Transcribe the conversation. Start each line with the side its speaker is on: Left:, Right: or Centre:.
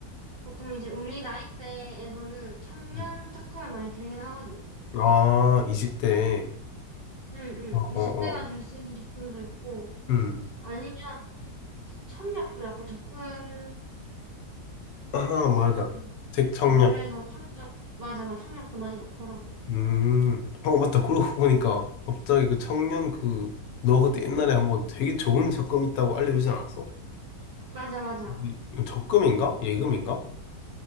Right: 보통 이제 우리 나이대에서는 청년
Left: 음.
Right: 적금을 많이 들긴 하거든.
Left: 아, 20대.
Right: 응, 응.
Left: 어, 어,
Right: 20대만
Left: 어.
Right: 될 수 있는 적금도 있고,
Left: 음.
Right: 아니면 청약도 약간 적금의
Left: 아, 맞아.
Right: 형태.
Left: 책 청약.
Right: 어, 그래서 청약, 맞아, 맞아. 청약도 많이 넣더라고.
Left: 음, 어, 맞다. 그러고 보니까 갑자기 그 청년 그, 너 그때 옛날에 한번 되게 좋은 적금 있다고 알려주지 않았어?
Right: 맞아, 맞아.
Left: 이- 이 적금인가? 예금인가?